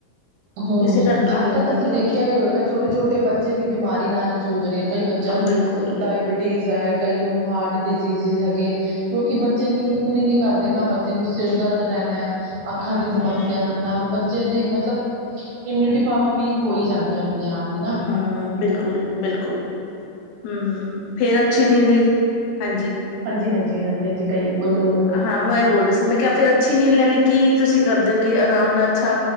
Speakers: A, on the right (about 65°); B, on the left (about 80°).
A: ਹੂੰ,
B: ਇਸੇ ਕਰਕੇ
A: ਅੱਜ
B: ਨਹੀਂ
A: -ਕੱਲ੍ਹ
B: ਹੁੰਦਾ
A: ਤੁਸੀਂ
B: ਕਿ ਉਹ
A: ਦੇਖਿਆ ਹੀ ਹੋਏਗਾ ਛੋਟੇ- ਛੋਟੇ ਬੱਚੇ ਵੀ ਬਿਮਾਰੀ ਨਾਲ ਜੂਝ ਰਹੇ ਆ। ਕਈ ਬੱਚਿਆਂ ਨੂੰ
B: ਬਿਲਕੁਲ
A: ਡਾਇਬਿਟੀਜ਼ ਹੈ, ਕਈਆ ਨੂੰ ਹਾਰਟ ਡਿਜ਼ਜ਼ਿਸ ਹੈਗੇ। ਕਿਉਂਕਿ ਬੱਚੇ ਨੀਂਦ ਪੂਰੀ ਨਹੀਂ ਕਰਦੇ ਨਾ ਬੱਚੇ ਨੂੰ ਸਿਰ ਦਰਦ ਰਹਿਣਾ। ਅੱਖਾਂ
B: ਹਮ
A: ਦੀ ਸਮੱਸਿਆ
B: ਹਮ
A: ਨਾਲ ਬੱਚੇ ਦੀ ਮਤਲਬ। ਇਮਿਊਨਿਟੀ ਪਾਵਰ ਵੀਕ ਹੋ ਹੀ ਜਾਣੀ ਹੈ ਆਪਣੇ ਆਪ। ਹੀ ਨਾ
B: ਹੂੰ, ਬਿਲਕੁਲ, ਬਿਲਕੁਲ ਹੂੰ, ਹੂੰ। ਫੇਰ ਅੱਛੀ ਨੀੰਦ ਲਈ, ਹਾਂਜੀ।
A: ਹਾਂਜੀ, ਹਾਂਜੀ, ਹਾਂਜੀ, ਹਾਂਜੀ ਕਹੀਏ ਬੋਲੋ, ਬੋਲੋ, ਬੋਲੋ।
B: ਹਾਂ ਮੈਂ ਇਹ ਬੋਲ ਰਹੀ ਸੀ, ਮੈਂ ਕਿਹਾ ਫਿਰ ਅੱਛੀ ਨੀਂਦ ਲੈੈਲੀ ਕੀ ਤੁਸੀਂ ਕਰਦੇ ਹੋ, ਕਿ ਆਰਾਮ ਨਾਲ ਅੱਛਾ